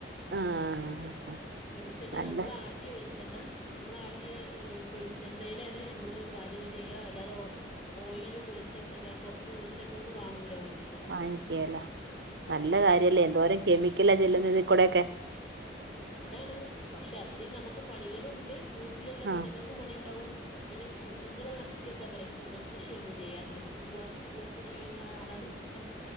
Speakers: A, on the right; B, on the left.
A: ആഹ്
B: വെളിച്ചെണ്ണ
A: നല്ല
B: നമ്മളാട്ടിയ വെളിച്ചെണ്ണ നമ്മള ആട്ടിയെ വെളി ച്ചെണ്ണീലാണ് നമ്മള് പാചകം ചെയ്യ, അല്ലാതെ ഓയിലും വെളിച്ചെണ്ണ പൊർത്ത്ന്ന് വെൾച്ചെണ്ണ ഒന്നും വാങ്ങൂല വീട്ട്ക്ക്
A: വാങ്ങിക്കേല, നല്ല കാര്യല്ലേ
B: ഇല്ല
A: എന്തോരം കെമിക്കലാ ചെല്ലുന്നത്‌, ഇതിക്കൂടെക്കെ
B: അതാണ് പക്ഷെ അത്രീ നമുക്ക് പണികളുണ്ട്, വീട്ടിലുള്ള
A: ആ
B: പെണ്ണിങ്ങക്കും പണിണ്ടാവും. പിന്നെ കു ഇങ്ങളെ നാട്ടിൽക്ക് എന്താ പറയാ കൂവ കൃഷി നമ്മൾ ചെയ്യാറിണ്ട്, കൂവ കൂവപ്പൊടി <unintelligible> റൂട്ടിന്റെ